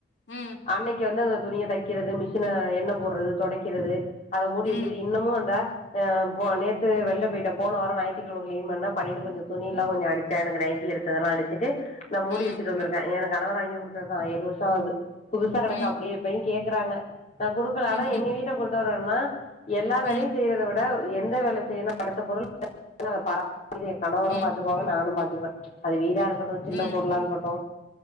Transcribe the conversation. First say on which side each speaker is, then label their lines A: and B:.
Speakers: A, on the left; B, on the left.
A: ம்
B: அன்னக்கி வந்து அந்த துணிய தக்கிறது மிஷின எண்ண போட்றது தொடக்கிறது அத மூடி வக்கிறது
A: ம்
B: இன்னமு அந்தா அ போ நேத்து வெள்ளப்போய்ட்டே போன வாரோ நாயித்துகெழம கிளீன் பண்ணே பண்ணிட்டு கொஞ்சோ துணிலா கொஞ்சோ அடுச்சே எனக்கு நைட்டி எடுத் ததலா அடுச்சுட்டு நா மூடி
A: ம்
B: வச்சுட்டு வந்திருக்கே எனக்கு கணவர் வாங்கி குடுத்ததுதா ஏழு வருஷோ ஆவுது புதுசா கெடக்கு
A: ம்
B: அப்டியே இப்பயு கேக்குறாங்க நா குடுக்கல ஆனா
A: ம்ஹும்
B: எங்க வீட்ட பொறுத்தவர என்னனா எல்லா வேலையு
A: ம்
B: செய்றத விட எந்த வேல செய்யல படத்த பொருள் <inaudible> கணவரு
A: ம்
B: பாத்துக்குவாங்க நானு பாத்துக்குவே அது வீடா இருக்க டு சின்ன
A: ம்
B: பொருளா இருக்கட்டு